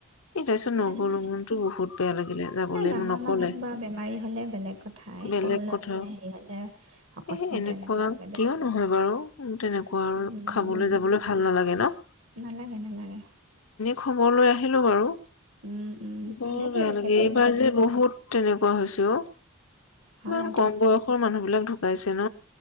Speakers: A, on the left (about 75°); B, on the right (about 65°).
A: এই তাৰপিছত
B: নাই
A: লগলো
B: নাই
A: বহুত বেয়া লাগিলে। যাবলৈ
B: এ ডাঙৰ
A: মোক নকলে
B: মানুহ বা বেমাৰী হলে বেলেগ কথাই
A: বেলেগ
B: সৰু
A: কথা
B: মানে হেৰি হলে অকস্মাতে
A: এ এনেকুৱা
B: এনেকে হ'লে বেয়া
A: কিয়
B: লাগে
A: নহয় বাৰু তেনেকুৱা আৰু
B: উম
A: খাবলৈ যাবলৈ ভাল নালাগে ন
B: নালাগে নালাগে
A: খবৰলৈ আহিলো বাৰু
B: উম উম
A: বৰ
B: ভালে কৰিলে
A: বেয়া লাগে
B: সেইটোৱে
A: এইবাৰ
B: যথেষ্ট
A: যে বহুত তেনেকা কোৱা হৈছে অ
B: হয়
A: ইমান
B: দিয়ক
A: কম বয়সৰ মানুহ বিলাক পাইছে ন